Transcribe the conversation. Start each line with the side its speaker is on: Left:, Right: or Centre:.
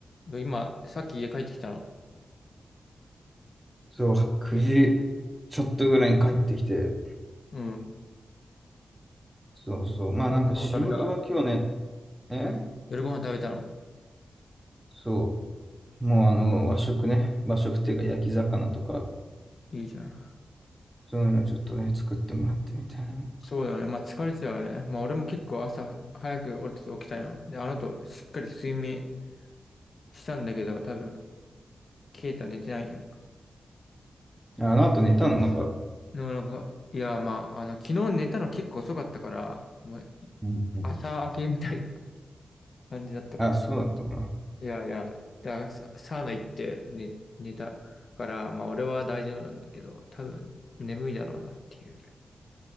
Left: で今、さっき家帰ってきたの。
Centre: そう、9時ちょっとぐらいに帰ってきて、
Left: うん。
Centre: そうそう、まあなんか仕事は今日ね、
Left: ご飯食べた
Centre: え
Left: 夜ご飯食べたの。
Centre: そう、もうあの和食ね、和食っていうか焼き魚とか、
Left: いいじゃん。
Centre: そういうのちょっとね、作ってもらってみたい
Left: そうだよね。まあ疲れてたよね。まあ俺も結構朝早く俺たち起きたやん。で、あの後しっかり睡眠したんだけど、多分、ケイタ寝てないやん。
Centre: な。ああの後寝たの、また。
Left: でもなんか、いや、まあ、あの、昨日寝たの結構遅かったから、もう
Centre: うんうん
Left: 朝明けみたいな感じだったから。
Centre: あ、そうだったな。
Left: いやいや、だササウナ行って寝、寝たから、まあ俺は大丈夫なんだけど、多分眠いだろうなっていう。